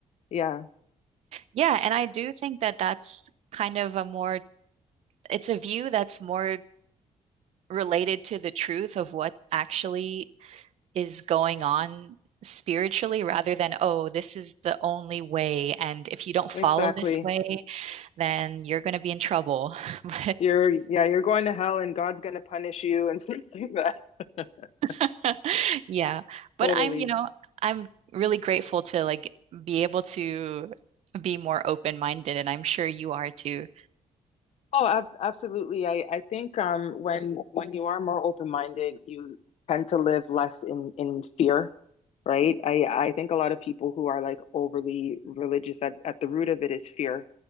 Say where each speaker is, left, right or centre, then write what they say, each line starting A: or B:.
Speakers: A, on the left; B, on the right.
A: yeah,
B: Yeah, and I do think that that's kind of a more, it's a view that's more related to the truth of what actually is going on spiritually rather than, oh, this is the only way. And if you don't follow
A: exactly.
B: this way, then you're going to be in trouble. <laughs>
A: You're, yeah, you're going to hell and God's going to punish you and <laughs> stuff like that. <laughs>
B: But <laughs> yeah, but
A: Totally.
B: I'm, you know, I'm really grateful to like be able to be more open-minded, and I'm sure you are too.
A: Oh, ab absolutely. I, I think um when when you are more open-minded, you tend to live less in in fear, right? I I think a lot of people who are like overly religious at, at the root of it is fear,